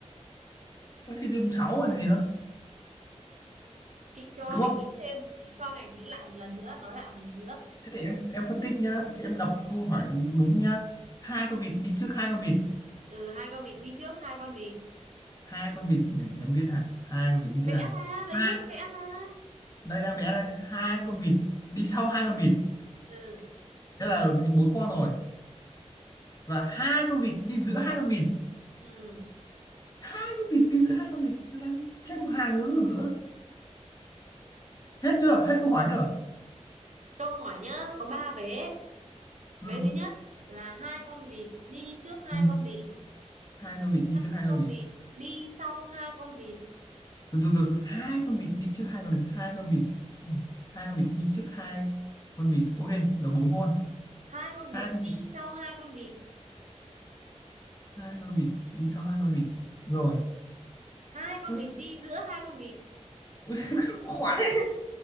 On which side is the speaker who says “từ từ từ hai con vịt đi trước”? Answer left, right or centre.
Left